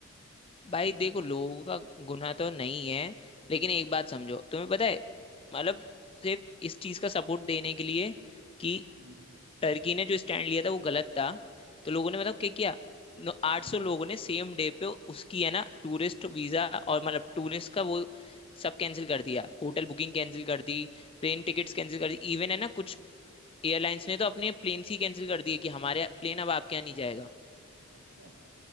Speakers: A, on the left; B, on the right.
A: भाई
B: खड़े रहो
A: देखो लोगों
B: इसके बाद
A: का गुनाह तो नहीं है
B: हम्म
A: लेकिन एक बात समझो तुम्हें पता है मतलब सिर्फ इस चीज का सपोर्ट देने के लिए कि
B: हम्म
A: टर्की ने जो स्टैंड लिया था वो गलत था तो लोगों ने मतलब क्या किया आठ
B: हम्म
A: सौ लोगों ने सेम डे पे उसकी है ना टूरिस्ट वीजा और मतलब टूरिस्ट का वो सब कैंसिल कर दिया होटल बुकिंग कैंसिल कर दी प्लेन टिकट्स कैंसिल कर दी इवन है ना कुछ एयरलाइंस ने तो अपने प्लेन ही कैंसिल कर दिए कि हमारे प्लेन अब आपके यहाँ नहीं जाएगा
B: अच्छा